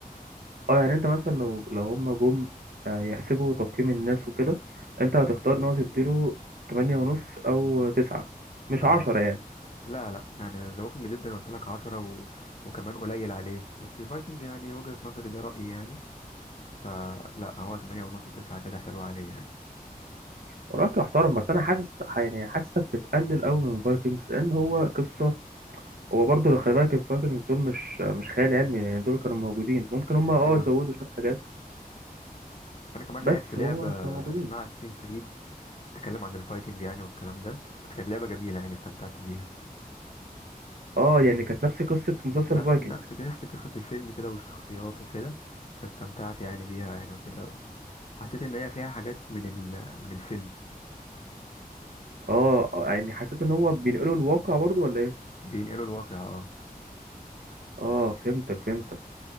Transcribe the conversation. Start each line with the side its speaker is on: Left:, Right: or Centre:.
Right: اه يعني انت مثلا لو لو هما جم آه، يحسبوا تقييم الناس وكده انت هتختار ان هو تديله تمانية ونص او تسعة مش
Left: اه
Right: عشرة يعني
Left: لا لا يعني ذا ووكينج ديد انا قلت لك 10 و... وكمان قليل عليه بس فايكنج يعني وجهة نظري ده رأيي يعني فلا هو 8 ونص 9 كده حلو عليه يعني
Right: ورأيك يحترم بس انا حاسس يعني حاسسك بتقلل قوي من فايكنجز لان هو قصة هو برضه لو خلي بالك الفايكنجز دول مش مش خيال علمي يعني دول كانوا موجودين ممكن هما اه
Left: ايوه
Right: زودوا شوية حاجات
Left: انا كمان
Right: بس
Left: لعبت لعبة
Right: هو كانوا موجودين
Left: اسمها اساسين كريد بتتكلم عن الفايكنج يعني والكلام ده بس كانت لعبة جميلة يعني استمتعت بيها
Right: اه يعني كانت نفس قصة مسلسل
Left: نفس
Right: فايكنج
Left: نفس نفس قصة الفيلم كده والشخصيات وكده فاستمتعت يعني بيها يعني وكده حسيت ان هي فيها حاجات من ال... من الفيلم
Right: اه آه، يعني حسيت ان هو بينقلوا الواقع برضه ولا ايه
Left: بينقلوا الواقع اه
Right: اه فهمتك فهمتك